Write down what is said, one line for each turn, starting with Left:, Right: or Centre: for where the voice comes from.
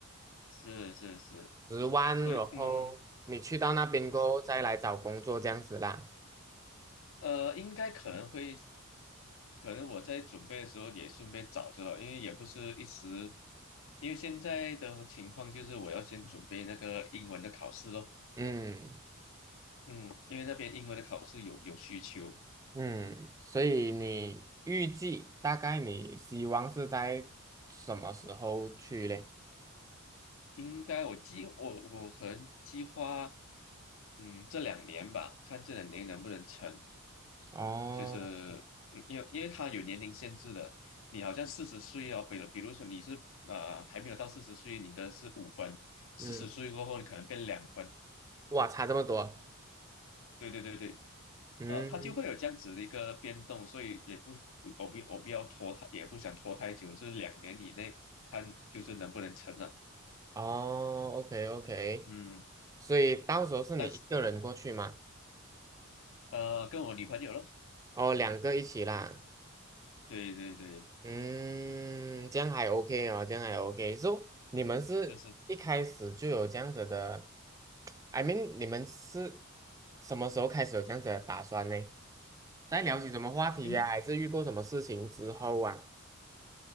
Left: 是是是，
Right: 十万，
Left: 所以嗯。
Right: 然后你去到那边过后再来找工作这样子啦。
Left: 呃，应该可能会，可能我在准备的时候也顺便找着，因为也不是一时，因为现在的情况就是我要先准备那个英文的考试咯。
Right: 嗯。
Left: 嗯，因为那边英文的考试有有需求，
Right: 嗯，所以你预计大概你希望是在什么时候去嘞？
Left: 应该我计我我可能计划，嗯，这两年吧，看这两年能不能成。
Right: 哦，
Left: 就是嗯因为因为他有年龄限制的，你好像四十岁哦，比如比如说你是呃还没有到四十岁，你的是五分，四十岁过后你可能变两分，
Right: 嗯，哇，差这么多，
Left: 对对对对，
Right: 嗯，
Left: 呃，它就会有这样子的一个变动，所以也不不我不我不要拖太，也不想拖太久，就是两年以内看就是能不能成了，
Right: 哦，OK OK，
Left: 嗯，
Right: 所以到时候是你一个人过去吗？
Left: 但是呃跟我女朋友咯，
Right: 哦，两个一起啦，
Left: 对对对，
Right: 嗯，这样还 OK 哦，这样还 OK。So 你们是一开始就有这样子的
Left: 就是
Right: <tsk>，I mean，你们是什么时候开始有这样子的打算呢？在聊起什么话题呀、
Left: 因
Right: 还是遇过什么事情之后啊？